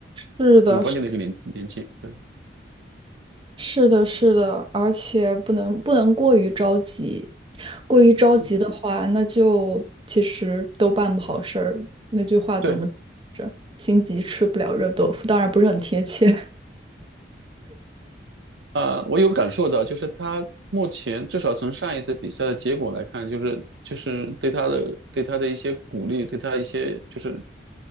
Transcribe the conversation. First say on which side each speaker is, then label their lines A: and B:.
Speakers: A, on the right; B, on the right.
A: 是的，
B: 很关键的一个年年纪。
A: 是
B: 对，
A: 是的，是的，而且不能不能过于着急，过于着急的话，
B: 嗯，
A: 那就其实都办不好事儿。那句话怎么着？
B: 对。
A: 心急吃不了热豆腐，当然不是很贴切。
B: 呃，我有感受到，就是他目前至少从上一次比赛的结果来看，就是就是对他的对他的一些鼓励，对他一些就是